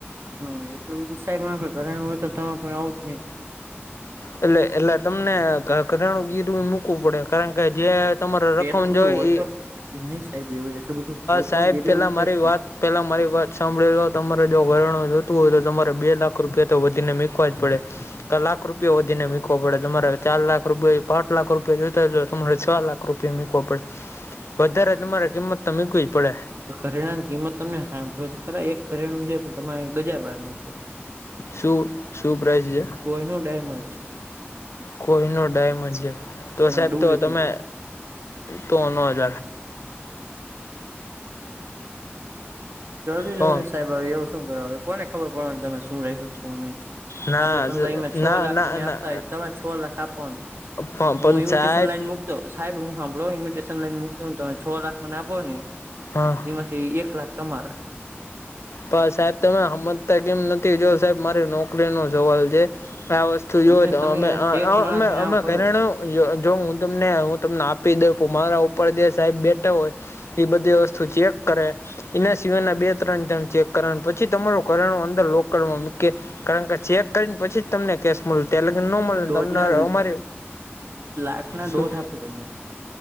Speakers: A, on the right; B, on the left.
A: હ એટલું બધું સાહેબ આપે ઘરેણું હોય તો તમારા પાસે આવું જ નઈ.
B: એટલે એટલે તમને ઘરેણું ગીરવે મૂકવું પડે કારણ કે જે તમારે રકમ
A: એટલું બધું
B: જોઈ
A: હોય
B: ઈ,
A: તો નહી સાહેબ એવું એટલું બધું હોય તો
B: સાહેબ
A: હું ગીરવે
B: પેલા
A: મૂકેશ
B: મારી
A: ને
B: વાત પેલા મારી વાત સાંભળેલો તમારે જો વરણું જોતું હોય તો તમારે બે લાખ રૂપિયા તો વધીને મૂકવા જ પડે. લાખ રૂપી રૂપિયા વધીને મુકવો પડે તમારે ચાર લાખ રૂપિયા પાંચ લાખ રૂપિયા જોતા હોય તો તમારે છ લાખ રૂપિયા મુકવો પડે. વધારે તમારે કિંમત તો મૂકવી જ પડે.
A: ઘરેણા ની કિંમત તમને સાંભળો તો ખરા એક કરેણું છે પણ તમારે ગજા બાર નનું છે.
B: શું શું પ્રાઈઝ છે?
A: કોઈ ન ડેમર છે.
B: કોઈ ન ડાયમંડ છે, તો
A: હા
B: સાહેબ
A: ડુપ્લિકેટ
B: તો તમે તો નજ.
A: જરૂરી
B: તો
A: જો સાહેબ એવું શું કરવા કોને ખબર પડવા તમે શું રાખ્યું શું નહી.
B: ના
A: આપડે તમને અમાં છ
B: ના
A: લાખ
B: ના
A: તમે આપતા
B: ના
A: હોય તમે છ લાખ આપાનુ.
B: પણ
A: હું ઇમિટેશન
B: સાહેબ
A: લાઈન મૂક દઉ સાહેબ હું સાંભળો ઇમિટેશન લાઈન મક દઉ તમે છ લાખ મને આપ. બોને.
B: હા.
A: તેમાંથી એક લાખ તમારા.
B: પણ સાહેબ તમે હમતતા કેમ નથી જો સાહેબ મારી નોકરી નો સવાલ છે, આ વસ્તુ તો
A: તમે
B: જો હો તો
A: તમે
B: અમા
A: સેઠ
B: અમાઅમે
A: માણસ થઈને આવું કરો
B: ઘરેનું જો હું તમને હું તમને આપી દઉં મારા ઉપર જે સાહેબ બેઠા હોય. એ બધી વસ્તુ ચેક કરે, એના સિવાયના બે ત્રણ જણ ચેક કરવા પછી તમારું ઘરેણું અંદર લોકરમાં મૂકી, કારણ કે ચેક કરીને પછી જ તમને કેશ મળ તં લગને ન મળે
A: દોઢ
B: નેમને
A: ના
B: અમારે,
A: લાખ ના
B: શું?
A: દોઢ આપો તમને